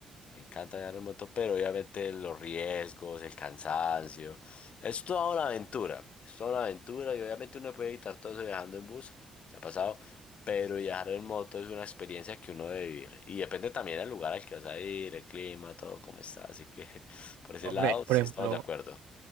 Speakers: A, on the left; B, on the right.
A: Me encanta viajar en moto, pero obviamente los riesgos, el cansancio, es toda una aventura, es toda una aventura y obviamente uno puede evitar todo eso viajando en bus, me ha pasado, pero viajar en moto es una experiencia que uno debe vivir y depende también del lugar al que vas a ir, el clima, todo cómo está, así que <laughs> por ese
B: Hombre,
A: lado sí
B: por ejemplo,
A: estamos de acuerdo.